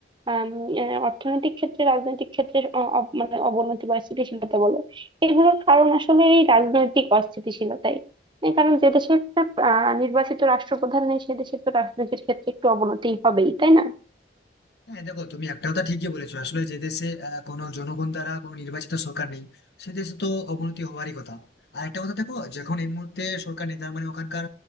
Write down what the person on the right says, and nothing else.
আম, আহ, অর্থনৈতিক ক্ষেত্রে রাজনৈতিক ক্ষেত্রে অ- অব- মানে অবনতি বা স্থিতিশীলতা বলো এগুলোর কারণ আসলে এই রাজনৈতিক অস্থিতিশীলতাই এই কারণ যে দেশে একটা আহ, নির্বাচিত রাষ্ট্রপ্রধান নেই সে দেশে তো রাজনীতির ক্ষেত্রে একটু অবনতি হবেই তাই না